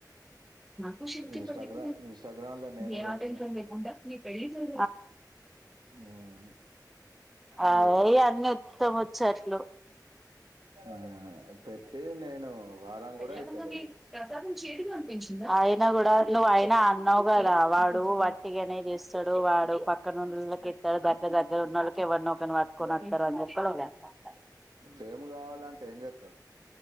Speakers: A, in the centre; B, on the right (about 80°).
A: త శికి
B: ఇన్స్టాగ్రామ్
A: పడలిడ
B: ఇన్స్టాగ్రామ్ లో నేనే
A: ననా
B: పెట్టిన
A: టెన్షన్ లేకుంటా న పెళ్ి చ
B: ఉమ్ అది
A: అయ
B: కథ
A: అన్ని ఉత్తమ వచ్చట్లు
B: ఆ పెట్టి నేను వారం కూడా
A: ల
B: అయితలేదు
A: మందిని ప్రసాదం చేయగా అనిపించింది ఆయన కూడా నువ్వు ఆయన అన్నావ్ కద వాడు వట్టికి అనే ఇస్తాడు వాడు పక్క నున్నకిెట్టాడు దగ్గ దగ్ ఇద నల్క బ అట్క వతార అ చె
B: ఫేమ్ కావాలంటే ఏం చేస్తావు